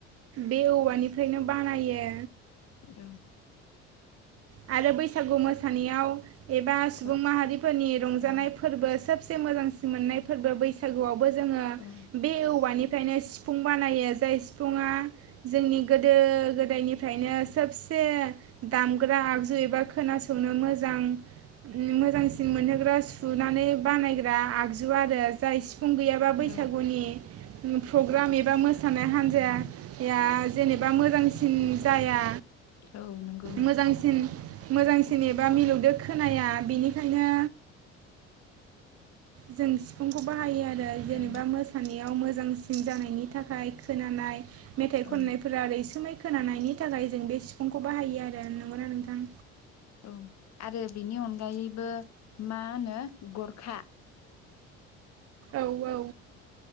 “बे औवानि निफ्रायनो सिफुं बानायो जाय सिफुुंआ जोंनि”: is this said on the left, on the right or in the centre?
Right